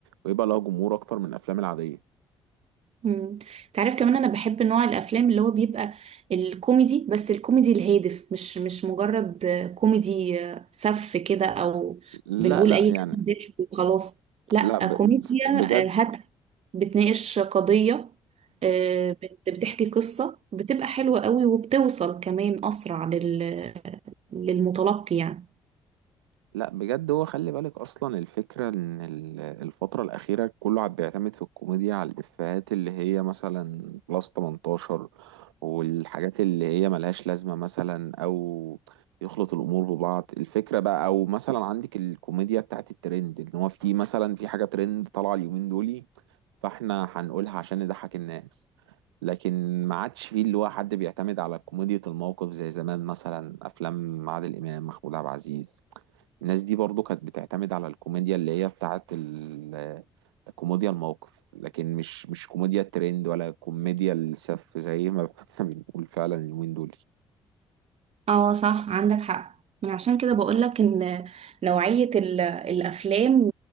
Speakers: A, on the right; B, on the right.
A: ويبقى لها جمهور اكتر من الافلام العادية
B: مم. تعرف كمان انا بحب نوع الافلام اللي هو بيبقى الكوميدي بس الكوميدي الهادف مش مش مجرد كوميدي سف كده او
A: لا
B: بنقول
A: لا
B: اي
A: يعني
B: كلام ضحك وخلاص لا
A: لا ب...
B: كوميديا
A: بجد
B: آه، هادفة بتناقش قضية آه، بت- بتحكي قصة بتبقى حلوة قوي وبتوصل كمان أسرع لل... للمتلقي يعني
A: لا بجد هو خلي بالك اصلا الفكره ان ال- الفتره الاخيره كله عم بيعتمد في الكوميديا على الافيهات اللي هي مثلا بلس 18 والحاجات اللي هي ملهاش لازمه مثلا او يخلط الامور ببعض الفكره بقى او مثلا عندك الكوميديا بتاعت الترند ان هو في مثلا في حاجه ترند طالعه اليومين دولي فاحنا هنقولها عشان نضحك الناس لكن ما عادش فيه اللي هو حد بيعتمد على كوميديا الموقف زي زمان مثلا افلام عادل امام محمود عبد العزيز الناس دي برضو كانت بتعتمد على الكوميديا اللي هي بتاعت ال- كوميديا الموقف لكن مش مش كوميديا الترند ولا كوميديا السف زي ما <laughs> احنا بنقول فعلا اليومين دول
B: اه صح عندك حق من عشان كده بقولك ان نوعية ال- الافلام